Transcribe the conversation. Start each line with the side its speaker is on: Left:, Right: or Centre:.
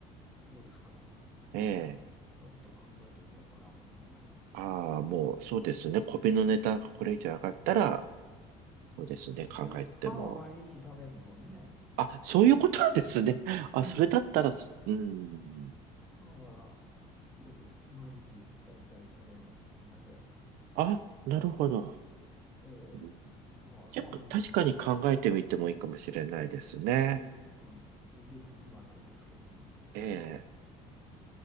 Centre: ー、そうですか。
Right: ええ。
Centre: えーちょっと考えてみようかな、僕もね。
Right: ああ、もう、そうですね。米の値段がこれ以上上がったら、そうですね。
Centre: うん、
Right: 考えても。
Centre: いや、パンは毎日食べるのね、
Right: あ、
Centre: やっぱり。
Right: そういうことなんですね。あ、
Centre: うん、
Right: それだったらす、うん。
Centre: パンはよく毎日だいたい食べるので、
Right: あ、なるほど。
Centre: えー
Right: うん
Centre: まあ、
Right: じゃ、
Centre: まあでも、
Right: 確かに考えてみてもいいかもしれないですね。
Centre: 全粒粉、全粒粉ではないですけどね。
Right: ええ、
Centre: はい。